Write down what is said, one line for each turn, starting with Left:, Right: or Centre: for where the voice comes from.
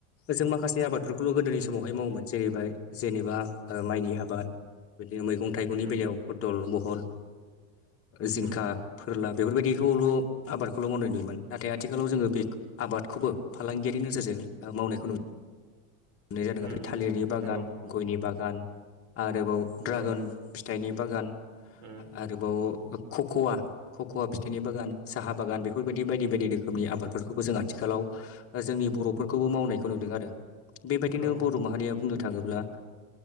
Left: जों माखासे आबादफोरखौल' गोदोनि समावहाय मावोमोन जेरैबाय जेनेबा माइनि आबाद बिदिनो मैगं थाइगंनि
Right: उम
Left: बेलायाव फथल बहल जिंखा
Right: उम
Left: फोरला बेफोरबायदिखौल' आबादखौल' मावनाय नुयोमोन नाथाय आथिखालाव जोंङो बे आबाद बे खौबो फालांगियारि नोजोरजों मावनायखौ नु मोननाय जादों
Right: उम नंगौ उम
Left: आरो थालिरनि
Right: उम
Left: बागान।
Right: नंगौ
Left: गयनि बागान आरोबाव ड्रागन
Right: औ
Left: फिथाइनि बागान
Right: उम
Left: आरोबाव खक'वा खक'वा फिथाइनि बागान। साहा बागान बेफोरबायदि बायदि बायदि रोखोमनि आबादफोरखौबो जों आथिखालाव जोंनि बर'फोरखौबो मावनायखौ नुदों आरो बेबायदिनो
Right: औ
Left: बर' माहारिया बुंनो थांङोब्ला